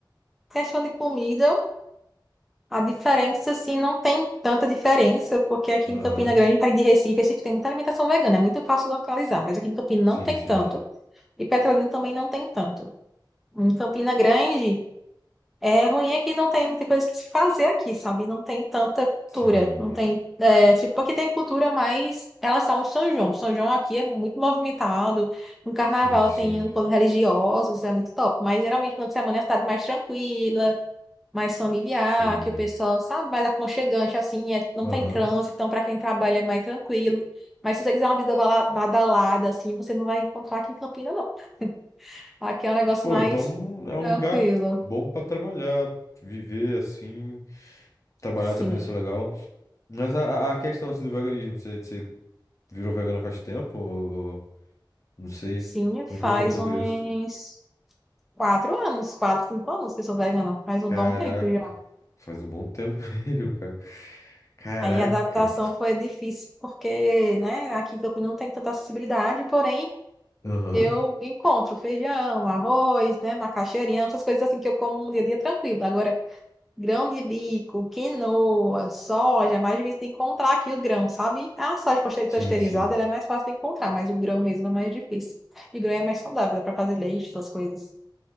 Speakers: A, in the centre; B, on the left.
A: Questão de comida, a diferença, assim, não tem tanta diferença, porque aqui
B: Aham.
A: em Campina Grande, para ir de Recife, Recife tem muita alimentação vegana, é muito fácil localizar, mas aqui em Campina não
B: Sim,
A: tem
B: sim.
A: tanto, e Petrolina também não tem tanto. Em Campina Grande, É ruim é que não tem muita coisa que se fazer aqui, sabe? Não tem tanta
B: Sim.
A: cultura, não tem, é, tipo, aqui tem cultura mais em relação ao São João. São João aqui é muito movimentado, no carnaval
B: Sim, sim.
A: tem encontros religiosos, é muito top, mas geralmente quando semana é uma cidade mais tranquila, mais familiar,
B: Sim.
A: que o pessoal, sabe, mais aconchegante, assim, é, não
B: Aham.
A: tem trânsito, então para quem trabalha é mais tranquilo. Mas se você quiser uma vida bala- badalada, assim, você não vai encontrar aqui em Campina, não. Aqui é um negócio
B: Pô,
A: mais
B: então é um
A: tranquilo,
B: lugar bom pra trabalhar, viver assim, trabalhar
A: sim.
B: também deve ser legal. Mas a, a a questão assim do veganismo, você, você virou vegana faz tempo? Ou... Não sei.
A: Sim,
B: Tu nunca
A: faz
B: me falou sobre
A: uns
B: isso.
A: quatro anos, quatro, cinco anos que eu sou vegana, faz um
B: Caraca,
A: bom tempo já.
B: faz um bom tempo <laughs> mesmo, cara. Caraca.
A: Aí a adaptação foi difícil, porque, né, aqui em Campinas não tem tanta acessibilidade, porém
B: Aham.
A: eu encontro feijão, arroz, né, macaxeirinha, essas coisas assim que eu como no dia a dia tranquilo. Agora, grão de bico, quinoa, soja, é mais difícil de encontrar aqui o grão, sabe? A soja paste-
B: Sim,
A: pasteurizada,
B: sim.
A: ela é mais fácil de encontrar, mas o grão mesmo é mais difícil. E grão é mais saudável, dá pra fazer leite, essas coisas.